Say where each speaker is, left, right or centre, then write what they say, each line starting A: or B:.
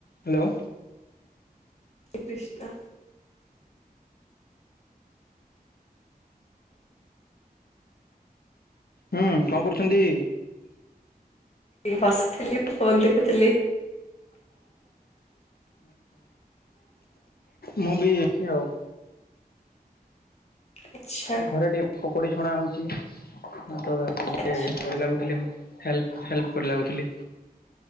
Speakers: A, on the left; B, on the left.
A: ହ୍ୟାଲୋ।
B: ହରେ କ୍ରିଷ୍ଣା।
A: ହୁଁ କଣ କରୁଛନ୍ତି?
B: ବସିଥିଲି।
A: <inaudible>
B: ଫୋନ୍ ଦେଖୁଥିଲି।
A: ମୁଁ ବି ଅଛି ଆଉ
B: ଆଚ୍ଛା
A: ଘରେ ଟିକେ ପକୋଡ଼ି ଛଣା ହଉଛି ତ ଟିକେ
B: ଆଚ୍ଛା
A: ଲାଗୁଥିଲି ମୁଁ ହେଲ୍ପ ହେଲପ କରି ଲାଗୁଥିଲି।